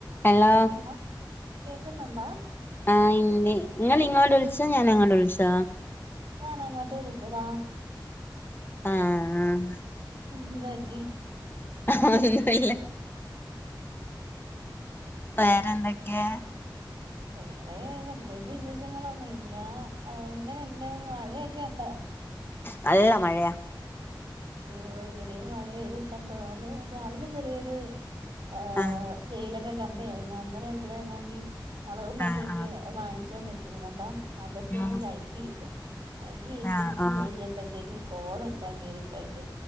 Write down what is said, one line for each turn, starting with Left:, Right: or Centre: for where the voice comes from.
Left: ഹലോ
Right: ലൊ കേക്കുന്നൊണ്ടോ?
Left: ആ ഇന്നേ നിങ്ങളിങ്ങോട്ട് വിളിച്ചതോ ഞാൻ അങ്ങോട്ട് വിളിച്ചതോ
Right: ഞാൻ അങ്ങോട്ട് വിളിച്ചതാ.
Left: ആഹ്
Right: ഉംന്തോറ്റി
Left: ഒന്നുവില്ല, വേറെന്തൊക്കേ
Right: ഇവിടെ പ്രൃത്യേകിച്ച് വിശേഷങ്ങളൊന്നുവില്ല ടെങ്ങനുണ്ട് മഴയൊക്കെ ഒണ്ടൊ
Left: നല്ല മഴയാ
Right: ഏഹ് ഇവിടേം മഴ പെയ്തിപ്പം തോർന്നു രാവിലെ ചെറിയൊരു ഏഹ്
Left: ആഹ്
Right: വെയിലൊക്കെ കണ്ടയാരുന്നു, അന്നേരം ഇവിടെയാണെങ്കിൽ മൊളകും മല്ലിയൊക്കെ
Left: ആഹ് ആഹ്
Right: വാങ്ങിച്ചോണ്ട് വെച്ചിരുന്ന്ട്ടോ അതൊക്കെയങ്ങു
Left: ഉം
Right: കഴുകിയിട്ട്. കഴുകിയിട്ടിച്ചിരി
Left: ആഹ് ആഹ്
Right: കഴിഞ്ഞപ്പഴത്തേക്ക് കോളെല്ലാം കേറിക്കണ്ട്.